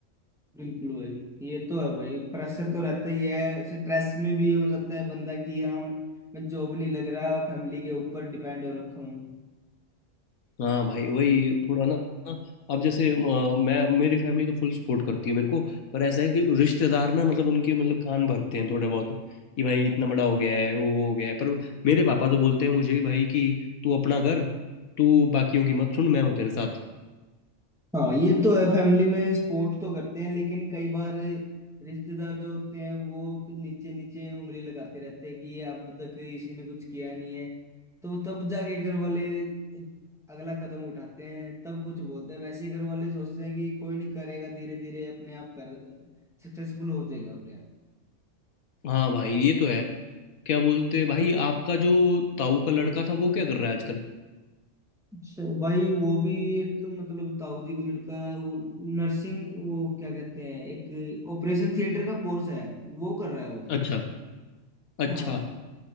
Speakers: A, in the centre; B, on the left.
A: बिल्कुल भाई ये तो है भाई प्रेशर तो रहता ही है स्ट्रेस में भी हो जाता है बंदा कि हम मैं जॉब नहीं लग रहा फैमिली के ऊपर डिपेंड हो रखा हूँ
B: हाँ भाई वही थोड़ा ना अब जैसे अ, मैं मेरी फैमिली तो फुल सपोर्ट करती है मेरे को पर ऐसा है कि रिश्तेदार ना मतलब उनके मतलब कान भरते हैं थोड़े बहुत कि भाई इतना बड़ा हो गया है वो वो हो गया है पर मेरे पापा तो बोलते हैं मुझे कि भाई कि तू अपना कर तू बाकियों की मत सुन मैं हूँ तेरे साथ
A: हाँ ये तो है फैमिली में सपोर्ट तो करते हैं लेकिन कई बार रिश्तेदार जो होते हैं वो नीचे नीचे उंगली लगाते रहते हैं कि ये अब तक इसी ने कुछ किया नहीं है तो तब जाके घर वाले अगला कदम उठाते हैं तब कुछ बोलते हैं वैसे ही घर वाले सोचते हैं कि कोई नहीं करेगा धीरे धीरे अपने आप कर सक्सेसफुल हो जाएगा अपने आप
B: हाँ भाई ये तो है क्या बोलते हैं भाई आपका जो ताऊ का लड़का था वो क्या कर रहा है आजकल
A: अच्छा भाई वो भी एक मतलब ताऊ जी का लड़का है वो नर्सिंग वो क्या कहते हैं एक ऑपरेशन थिएटर का कोर्स है वो कर रहा है वो
B: अच्छा अच्छा
A: हाँ